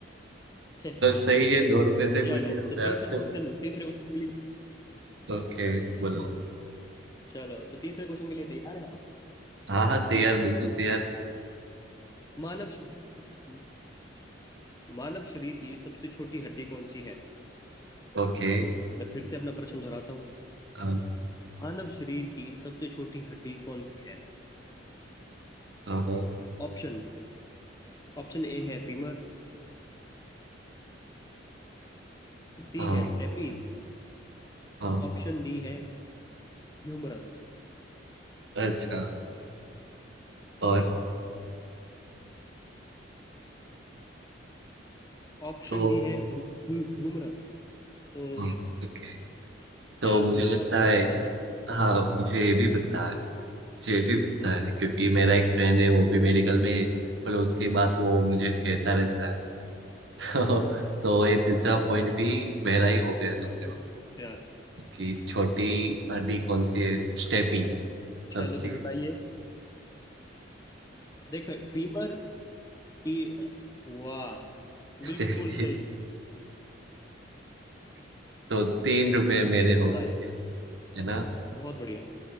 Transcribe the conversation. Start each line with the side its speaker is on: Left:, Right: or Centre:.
Left: <laughs>
Right: सही है दो रुपए से कुछ
Left: चलो
Right: नहीं होगा
Left: तो तीसरा क्वेश्चन तीसरे क्वेश्चन के लिए
Right: ओके बोलो
Left: चलो तो तीसरे क्वेश्चन के लिए तैयार है आप
Right: हाँ हाँ तैयार बिल्कुल तैयार
Left: मानव शरीर मानव शरीर की सबसे छोटी हड्डी कौन सी है
Right: ओके
Left: मैं फिर से अपना प्रश्न दोहराता हूँ
Right: अम,
Left: मानव शरीर की सबसे छोटी हड्डी कौन सी है
Right: अम,
Left: ऑप्शन ऑप्शन ए है फीमर सी
Right: अम,
Left: है स्टेपीज
Right: अम,
Left: ऑप्शन डी है ह्यूमरस
Right: अच्छा और
Left: ऑप्शन
Right: तो
Left: डी है ह्यूमरस तो
Right: हम्म, ओके तो
Left: क्या आपको
Right: मुझे
Left: इसका
Right: लगता
Left: उत्तर
Right: है
Left: पता है
Right: हाँ मुझे ये भी पता है मुझे भी पता है क्योंकि मेरा एक फ्रेंड है वो भी मेडिकल में है पर उसकी बात वो मुझे कहता रहता है <laughs> तो, तो ये तीसरा पॉइंट भी मेरा ही हो गया समझो
Left: अच्छा
Right: कि छोटी हड्डी कौन सी है स्टेपीज
Left: चलो
Right: सबसे
Left: तो बताइए देखो फीमर की वाह
Right: स्टेपीज
Left: बिल्कुल सही
Right: <laughs> तो तीन रुपए मेरे
Left: पता
Right: हो चुके
Left: है
Right: हैं है ना
Left: बहुत बढ़िया